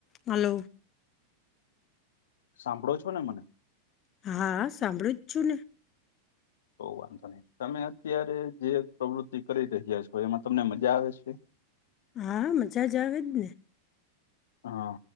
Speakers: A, on the left (about 30°); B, on the left (about 60°).
A: હલો.
B: સાંભળો છો ને મને?
A: હા સાંભળું જ છું ને.
B: તો વાંધો નહી તમે અત્યારે જે પ્રવૃતિ કરી રહ્યા છો એમાં તમને મજા આવે છે.
A: હા મજા જ આવેજ ને.
B: હા